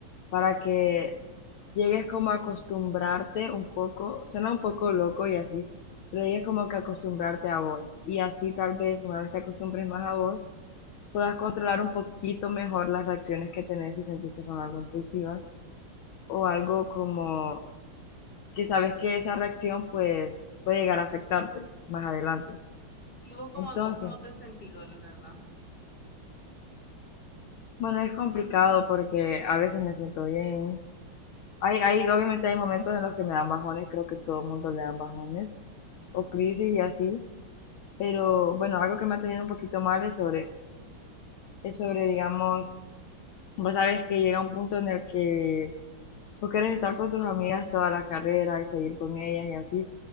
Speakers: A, on the left (about 70°); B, on the left (about 25°).
A: Para que llegues como a acostumbrarte un poco, suena un poco loco y así, pero llegues como que a acostumbrarte a vos. Y así tal vez una vez te acostumbres más a vos, puedas controlar un poquito mejor las reacciones que tenés si sentís que son algo impulsivas o algo como que sabes que esa reacción pues puede llegar a afectarte más adelante.
B: ¿Y vos cómo,
A: Entonces,
B: cómo te has sentido, la verdad?
A: bueno, es complicado porque a veces me siento bien. Hay, hay, obviamente hay momentos en los que me dan bajones, creo que todo el mundo le dan bajones, o crisis y así, pero bueno, algo que me ha tenido un poquito mal es sobre, es sobre, digamos, vos sabes que llega un punto en el que vos querés estar con tus amigas toda la carrera y seguir con ellas y así,